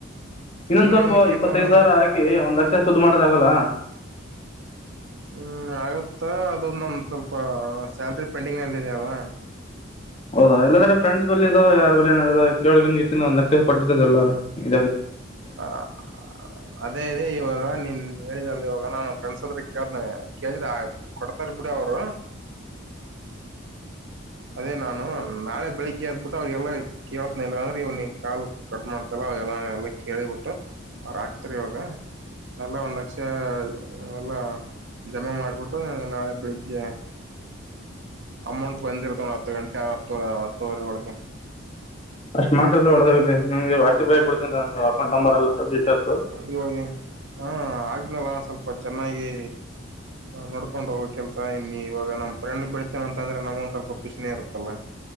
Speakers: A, on the left; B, on the right.
A: ಇನ್ನೊಂದ
B: ಇನ್ನು
A: ಸ್ವಲ್ಪ
B: ಮಿಕ್ಕಿದ
A: ಇಪ್ಪತ್ತೈದು
B: ಅಮೌ
A: ಸಾವಿರ ಹಾಕಿ ಒಂದ್ ಲಕ್ಷ ಸುದ್ದ ಮಾಡದಗಲ್ಲ
B: ಹ್ಮ್ ಆಗತ್ತ ಅದು ನಮ ಸ್ವಲ್ಪ ಸ್ಯಾಲ್ರಿ ಪೆಂಡಿಂಗ್ ನಲ್ಲಿ ಇದಲ್ವಾ
A: ಹೌದಾ ಇಲ್ಲಾದ್ರೆ ಫ್ರೆಂಡ್ಸ್ ಬ ಇ ಯಾರ ಬಲ್ಲಿ ಏನಾದ ಕೆ ಒ ಲಕ್ಷ ಕೊಟ್ಟತದಲ್ಲ ಇದ
B: ಹ ಅದೇ ಇದೆ ಇವಾಗ ನಿ ಹ್ಮ ಹೇಳಿದಲ್ಲಿ ಇವಾಗ ನಮ್ಮ ಫ್ರೆಂಡ್ಸ್ ಹದ್ರ ಕೇಳ್ದನ ಕೇಳಿದ್ರಿ ಕೊಡ್ತಾರ ಬಿಡಿ ಅವರು ಅದೇ ನಾನು ನಾಳೆ ಬೆಳಿಗ್ಗೆ ಅದ್ಬಿಟ್ಟು ಅವ್ರಿಗೆಲ್ಲ ಕೇಳತ್ನ ಇಲ್ಲ ಅಂದ್ರೆ ಇವನ್ ಕಾಲ್ ಕಟ್ ಮಾಡ್ತಲ್ಲ ಅವಲ್ಲ ಎಲ್ಲ ಕೇಳಿಬಿಟ್ಟು ಅವ್ರ ಆಾಕ್ತಾರ ಇವಾಗ ನೆಲ್ಲ ಒಂದ್ ಲಕ್ಷ ಎಲ್ಲ ಜಮಾ ಮಾಡ್ಬಿಟ್ಟು ನಾಳೆ ಬೆಳಿಗ್ಗೆ ಅಮೌಂಟ್ ಬಂದಿರತ್ತ ಹತ್ತು ಗಂಟೆ ಹತ್ತ ಹತ್ತುವರೆ ಒಳಗೆ
A: ಅಷ್ಟ ಮಾಡ ಒುತ್ತೆಗೆ ವಾಟ್ಸಪ್ ಆಗಿ ಬಿಡ್ ನಂದು ಅಕೌಂಟ್ ನಂಬರ್ ಎಲ್ಲ ೀಟೇಲ್ಸ್
B: ಇವಾಗ ಹಾ ಆಗನಲ್ಲ ಸ್ವಲ್ಪ ಚೆನ್ನಾಗಿ ನೋಡ್ಕೊಂಡ್ ಹೋಗೋ ಕೆಲ್ಸ ಇನ್ನು ಇವಾಗ ನಮ್ ಫ್ರೆಂಡ್ ಬೆೀಳ್ತೇನ ಅಂತಂದ್ರೆ ನಮಗ ಸ್ವಲ್ಪ ಖುಷಿನೇ ಇರುತ್ತಲ್ಲ